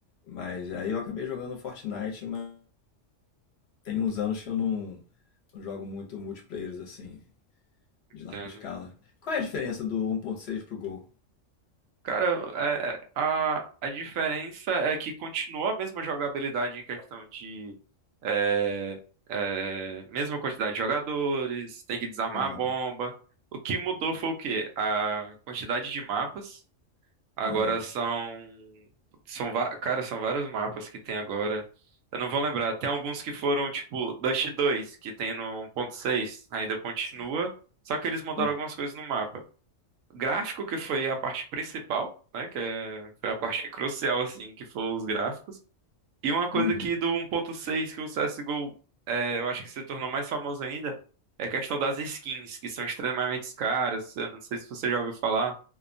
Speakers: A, on the left (about 60°); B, on the right (about 90°).
A: Mas aí eu acabei jogando Fortnite, mas tem uns anos que eu não, não jogo muito multiplayers assim,
B: Entendo.
A: de larga escala. Qual é a diferença do 1.6 pro Gol?
B: Cara, é- é- a, a diferença é que continua a mesma jogabilidade em questão de é, é, mesma quantidade de jogadores, tem que desarmar
A: Aham.
B: a bomba. O que mudou foi o quê? A quantidade de mapas Agora
A: Ah,
B: são são va- cara, são vários mapas que tem agora. Eu não vou lembrar. Tem alguns que foram tipo Dust 2, que tem no 1.6, ainda continua,
A: sim.
B: só que eles mudaram
A: Uhum.
B: algumas coisas no mapa. Gráfico que foi a parte principal, né, que é, foi a parte crucial assim, que foram os gráficos. E uma coisa
A: Uhum.
B: que do 1.6 que o CS:GO é, eu acho que se tornou mais famoso ainda é a questão das skins, que são extremamente caras. Eu não sei se você já ouviu falar.